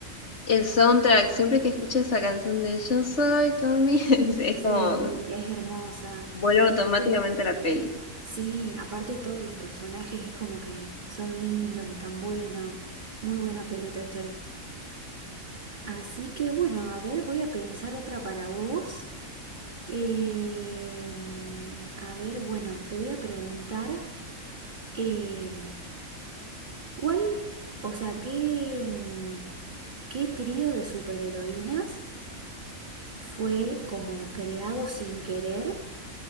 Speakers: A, on the left; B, on the right.
A: El soundtrack, siempre que escucho esa canción de Yo soy Tommy, <laughs> es es
B: Sí,
A: como
B: es hermosa.
A: vuelvo
B: Y
A: automáticamente
B: aparte
A: a la peli.
B: Sí, aparte todos los personajes es como que son lindos, están buenos. Muy buena peli Toy Story. Así que bueno, a ver, voy a pensar otra para vos. Eh, mm, a ver, bueno, te voy a preguntar, eh, ¿cuál, o sea, qué, mm, qué trío de superheroínas fue como creado sin querer